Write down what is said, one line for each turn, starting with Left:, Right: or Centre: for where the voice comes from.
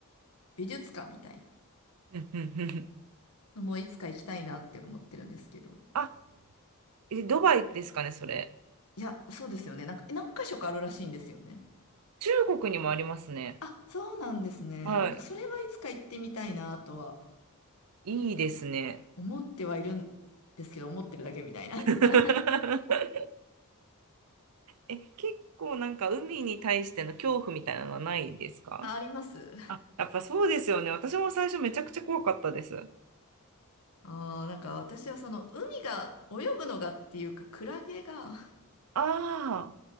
Left: 美術館みたいな
Right: うんうんうんうん
Left: のもいつか行きたいなって思ってるんですけど。
Right: あ、えドバイですかね、それ。
Left: いや、そうですよね。なんか、何箇所かあるらしいんですよね。
Right: 中国にもありますね。
Left: あ、そうなんですね。
Right: はい。
Left: なんか、それはいつか行ってみたいなとは
Right: いいですね。
Left: 思ってはいるんですけど、思ってるだけみたいな。
Right: <laughs>
Left: うん <laughs> あ、
Right: え、結構なんか海に対しての恐怖みたいなのはないですか
Left: あります。
Right: あ、やっぱそうですよね。私も最初めちゃくちゃ怖かったです。
Left: あー、なんか私はその、海が、泳ぐのがっていうか、クラゲが <laughs>
Right: ああ、